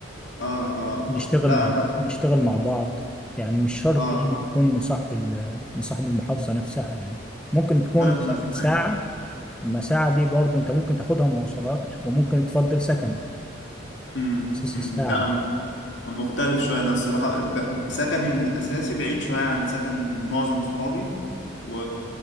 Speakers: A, on the left; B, in the centre.
A: اه اه
B: نشتغل
A: اه لا
B: مع
A: انا
B: نشتغل مع بعض يعني مش شرط
A: اه
B: يعني تكون من صاحب ال- من صاحب المحافظة نفسها يعني ممكن تكون
A: فاهمك
B: مسافة ساعة
A: ايوه
B: ما ساعة دي برضه انت ممكن تاخدها مواصلات وممكن تفضل سكن
A: امم
B: اساس
A: أمم،
B: الساعة
A: لا
B: دي.
A: انا مختلف شوية انا الصراحة ب- سكني من الاساسي بعيد شوية عن سكن معظم صحابي و...